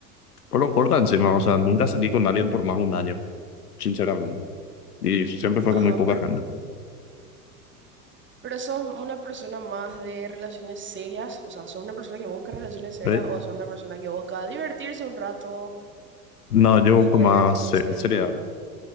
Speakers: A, on the left; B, on the right.
A: fueron por encima, o sea, nunca salí con alguien por más de un año, sinceramente. Y siempre fue
B: Ajá,
A: con muy poca
B: pero,
A: gente.
B: pero sos una persona más de relaciones serias, o sea, sos una persona que busca relaciones serias
A: ¿Eh?
B: o sos una persona que busca divertirse un rato,
A: No, yo
B: joder,
A: con más
B: ¿cómo
A: se-
B: se
A: seriedad,
B: diría?